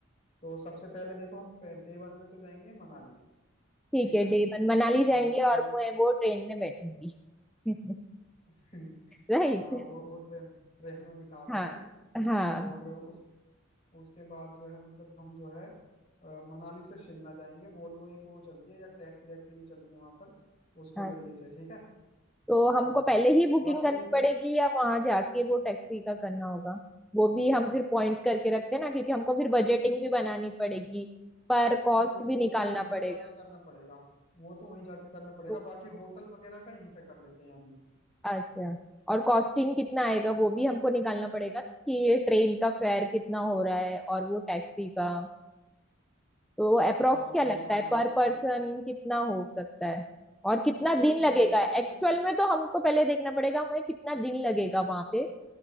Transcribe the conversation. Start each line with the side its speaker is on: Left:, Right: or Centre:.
Left: तो सबसे पहले देखो हम डे वन में तो जाएंगे मनाली
Centre: ठीक
Left: ठीक
Centre: है
Left: है
Centre: डे वन मनाली जाएंगे
Left: और फिर
Centre: और मैं वो ट्रेन में बैठूंगी <laughs>
Left: <laughs>
Centre: राइट
Left: हाँ वो वो ट्रेन ट्रेन में बिठा
Centre: हाँ
Left: देंगे
Centre: हाँ
Left: और उस उसके बाद जो है मतलब हम जो है अ, मनाली से शिमला जाएंगे वोल्वो एक वो चलती है या टैक्सी वैक्सी भी चलती है वहां पर उसके
Centre: हाँ
Left: जरिए से ठीक है
Centre: तो हमको
Left: हाँ
Centre: पहले ही बुकिंग
Left: बाकी
Centre: करनी पड़ेगी या वहां जाके वो टैक्सी का करना होगा वो भी हम फिर पॉइंट करके रखते हैं ना क्योंकि हमको फिर बजटिंग भी बनानी पड़ेगी पर कॉस्ट
Left: नहीं वो
Centre: भी निकालना
Left: तो वहीं
Centre: पड़ेगा
Left: जाके करना पड़ेगा वो तो वहीं जाके करना पड़ेगा
Centre: तो
Left: बाकी होटल वगैरह का यहीं से कर लेते हैं अभी
Centre: अच्छा और कॉस्टिंग कितना आएगा वो भी हमको निकालना पड़ेगा ना कि ये ट्रेन का फेयर कितना हो रहा है और वो टैक्सी का तो अप्रोक्स
Left: हाँ
Centre: क्या
Left: वो
Centre: लगता
Left: सारा
Centre: है
Left: निकालना
Centre: पर पर्सन
Left: पड़ेगा
Centre: कितना हो सकता है और कितना
Left: देखो
Centre: दिन
Left: मेरे
Centre: लगेगा
Left: हिसाब
Centre: एक्चुअल
Left: से
Centre: में तो हमको पहले देखना पड़ेगा हमें कितना दिन लगेगा वहां पे